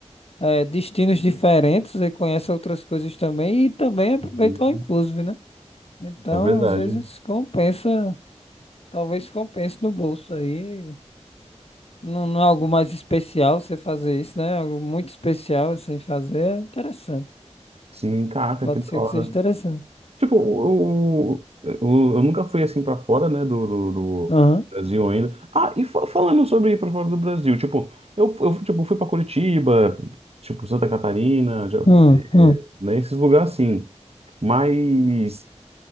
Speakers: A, on the left; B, on the right.
A: é, destinos diferentes e conhece outras coisas também e também aproveita
B: Uhum.
A: o all inclusive, né? Então,
B: É verdade.
A: às vezes compensa, talvez compense no bolso aí. Não, não é algo mais especial você fazer isso, né? É Algo muito especial assim fazer é interessante.
B: Sim, caraca,
A: Pode
B: que da
A: ser
B: hora.
A: que seja interessante.
B: Tipo, o, o- eu nunca fui assim pra fora, né, do, do, do
A: Aham.
B: Brasil ainda. Ah, e fa- falando sobre ir pra fora do Brasil, tipo, eu, eu tipo, fui pra Curitiba, tipo, Santa Catarina, já,
A: Hum,
B: é,
A: hum,
B: é, né, esses lugares assim. Mas,